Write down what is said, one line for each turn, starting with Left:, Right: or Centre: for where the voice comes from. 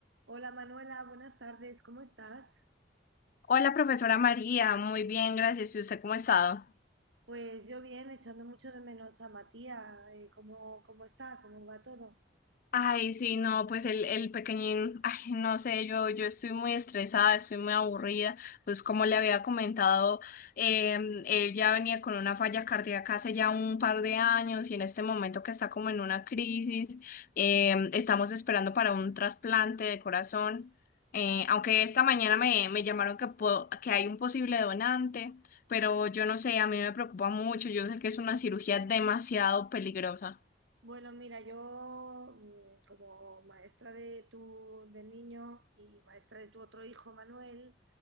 Right: Hola Manuela, buenas tardes, ¿cómo estás?
Left: Hola, profesora María, muy bien, gracias. ¿Y usted cómo ha estado?
Right: Pues yo bien, echando mucho de menos a Matías, eh, ¿cómo, cómo está? ¿Cómo va todo?
Left: Ay, sí, no, pues el, el pequeñín, ay, no sé, yo, yo estoy muy estresada, estoy muy aburrida, pues como le había comentado, em, él ya venía con una falla cardíaca hace ya un par de años y en este momento que está como en una crisis, em, estamos esperando para un trasplante de corazón, eh, aunque esta mañana me, me llamaron que, puedo- que hay un posible donante, pero yo no sé, a mí me preocupa mucho, yo sé que es una cirugía demasiado peligrosa.
Right: Bueno, mira, yo mm, como maestra de tu del niño y maestra de tu otro hijo Manuel,